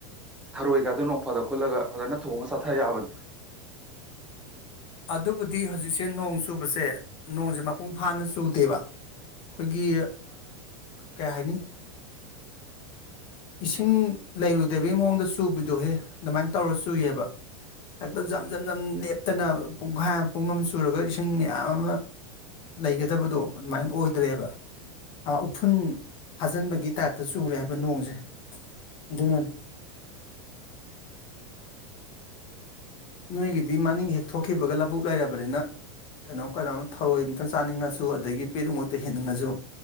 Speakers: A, in the centre; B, on the left (about 30°).
A: ꯊꯔꯣꯏꯒꯗꯣ ꯅꯣꯡ ꯐꯥꯗꯣꯛ ꯀꯨꯜꯂꯒ ꯐꯖꯅ ꯊꯣꯡꯉ ꯆꯊꯥ ꯌꯥꯕꯅꯤ
B: ꯑꯗꯨꯕꯨꯗꯤ ꯍꯧꯖꯤꯛꯁꯦ ꯅꯣꯡ ꯆꯨꯕꯁꯦ ꯅꯣꯡꯁꯦ ꯃꯄꯨꯡ ꯐꯥꯅ ꯆꯨꯗꯦꯕ ꯑꯩꯈꯣꯏꯒꯤ ꯀꯩ ꯍꯥꯏꯅꯤ ꯏꯁꯤꯡ ꯂꯩꯔꯨꯗꯕꯩ ꯃꯑꯣꯡꯗ ꯆꯨꯕꯗꯣꯍꯦ ꯑꯗꯨꯃꯥꯏꯅ ꯇꯧꯔ ꯆꯨꯏꯌꯦꯕ ꯍꯦꯛꯇ ꯖꯝ ꯖꯝ ꯖꯝ ꯂꯦꯞꯇꯅ ꯄꯨꯡꯈꯥꯏ ꯑꯃ ꯄꯨꯡ ꯑꯃ ꯆꯨꯔꯒ ꯏꯁꯤꯡ ꯃꯌꯥꯝ ꯑꯃ ꯂꯩꯒꯗꯕꯗꯣ ꯑꯗꯨꯃꯥꯏꯅ ꯑꯣꯏꯗ꯭ꯔꯦꯕ ꯎꯐꯨꯟ ꯐꯥꯖꯤꯟꯕꯒꯤ ꯇꯥꯏꯞ ꯇ ꯆꯨꯔꯦ ꯍꯥꯏꯕ ꯅꯣꯡꯁꯦ ꯑꯗꯨꯅꯅꯤ ꯅꯣꯏꯒꯤꯗꯤ ꯃꯅꯤꯡ ꯍꯦꯛ ꯊꯣꯛꯈꯤꯕꯒ ꯂꯕꯨꯨꯛ ꯂꯩꯔꯕꯅꯤꯅ ꯀꯩꯅꯣꯝ ꯀꯩꯅꯣꯝ ꯊꯑꯣꯏ ꯑꯝꯇꯪ ꯆꯥꯅꯤꯡꯉꯁꯨ ꯑꯗꯒꯤ ꯄꯦꯔꯨꯛꯃꯛꯇ ꯍꯦꯟꯅꯤꯡꯉꯁꯨ